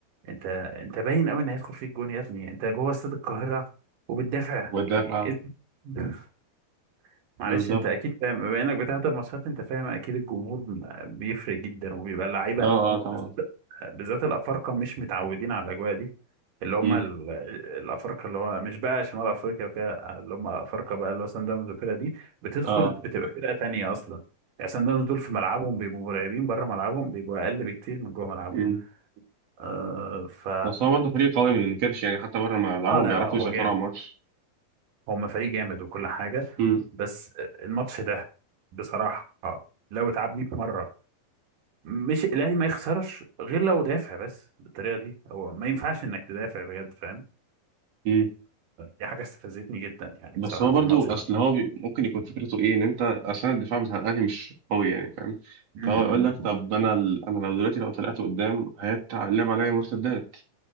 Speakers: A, on the right; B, on the right.
A: انت انت باين قوي ان هيدخل فيك جون يا ابني انت جوه استاد القاهره وبتدافع
B: والدافع
A: يعني إيه؟ <laughs> معلش
B: بالظبط
A: انت اكيد فاهم بما انك بتحضر ماتشات انت فاهم اكيد الجمهور م- بيفرق جدا وبيبقى اللعيبه
B: اه اه طبعا
A: بز- بالذات الافارقه مش متعودين على الاجواء دي اللي هم
B: امم
A: ال- الافارقه اللي هو مش بقى شمال افريقيا وكده اللي هم افارقه بقى اللي هو سان داونز وكده دي بتدخل
B: اه
A: بتبقى فرقه تانيه اصلا يعني سان داونز دول في ملعبهم بيبقوا مرعبين بره ملعبهم بيبقوا اقل بكتير من جوه ملعبهم
B: مم.
A: آه ف
B: بس هو برضه فريق قوي ما ننكرش يعني حتى بره ما لعبهم
A: اه لا
B: بيعرفوا
A: لا هو
B: يسيطروا
A: جامد
B: على الماتش
A: هما فريق جامد وكل حاجة
B: مم.
A: بس الماتش ده بصراحة لو اتعبني بمرة مش الأهلي ما يخسرش غير لو دافع بس بالطريقة دي هو ما ينفعش إنك تدافع بجد فاهم
B: مم.
A: دي حاجة استفزتني جدا يعني
B: بس
A: بصراحة
B: هو
A: في
B: برضه
A: الماتش ده
B: اصل هو بي... ممكن يكون فكرته ايه ان انت اصلا الدفاع بتاع الاهلي مش قوي يعني فاهم
A: امم
B: فهو يقول لك طب انا ال... انا لو دلوقتي لو طلعت قدام هيتلعب عليا مرتدات